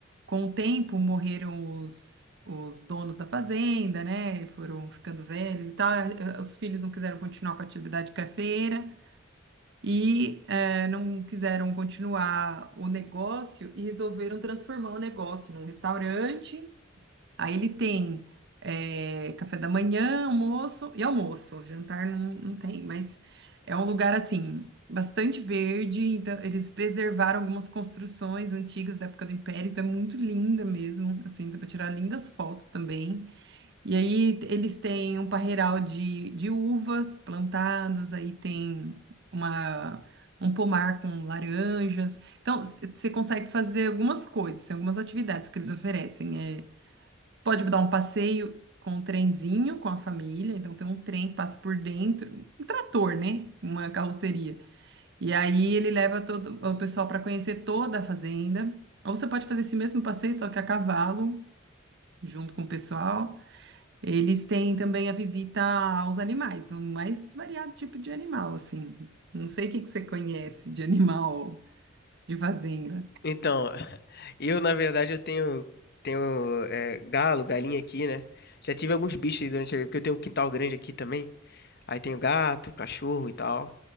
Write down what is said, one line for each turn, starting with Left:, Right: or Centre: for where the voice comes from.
Right: com o tempo morreram os, os donos da fazenda, né? Foram ficando velhos e tal. eh, Os filhos não quiseram continuar com a atividade cafeira e eh, não quiseram continuar o negócio e resolveram transformar o negócio num restaurante. Aí ele tem eh, café da manhã, almoço e almoço. Jantar não, não tem, mas é um lugar assim bastante verde. Então eles preservaram algumas construções antigas da época do Império, então é muito linda mesmo. Assim, dá para tirar lindas fotos também. E aí eles têm um parreiral de, de uvas plantadas, aí tem uma, um pomar com laranjas. Então, c- você consegue fazer algumas coisas, tem algumas atividades que eles oferecem. É, pode dar um passeio com um trenzinho com a família, então tem um trem que passa por dentro, um trator, né? Uma carroceria. E aí ele leva todo o pessoal para conhecer toda a fazenda. Ou você pode fazer esse mesmo passeio, só que a cavalo, junto com o pessoal. Eles têm também a visita aos animais, no mais variado tipo de animal, assim. Não sei o que que você conhece de animal de fazenda.
Left: Então, <laughs> eu na verdade eu tenho tenho é, galo, galinha aqui, né? Já tive alguns bichos aí durante a vida, porque eu tenho um quintal grande aqui também. Aí tenho gato, cachorro e tal.